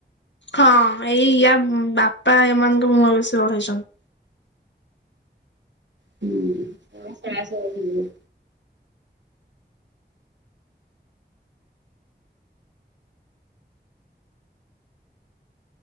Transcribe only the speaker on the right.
ହୁଁ ସେପା ଶାହାସ ବଢିଯିବ।